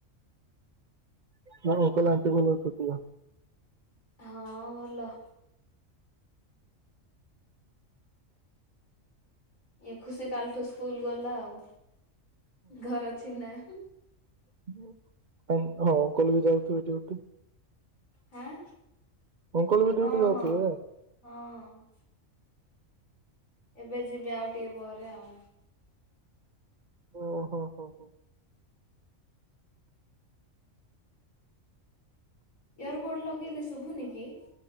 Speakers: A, on the right; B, on the left.
A: ହଁ ଓକ ଲନ୍ତି ବୋଲିଛନ୍ତି।
B: ହଁ ଭଲ ଇଏ ଖୁସି କାଲ ଠୁ ସ୍କୁଲ ଗଲା ଆଉ। ଘରେ ଅଛି।
A: <unintelligible> ହଉ। <unintelligible> ବି ଯାଉଥିବ ଡ୍ୟୁଟି
B: ହାଁ
A: ଅଙ୍କଲ ବି
B: ହଁ
A: ଡ୍ୟୁଟି ଯାଉଥିବେ।
B: ହଁ ହଁ ଏବେ ଯିବି ଆଉ ଟିକେ ପରେ ଆଉ।
A: ଓ ହୋ ହୋ ହୋ।
B: ଇୟର ବୋଡ ଲଗେଇଲେ ଶୁଭୁନି କି?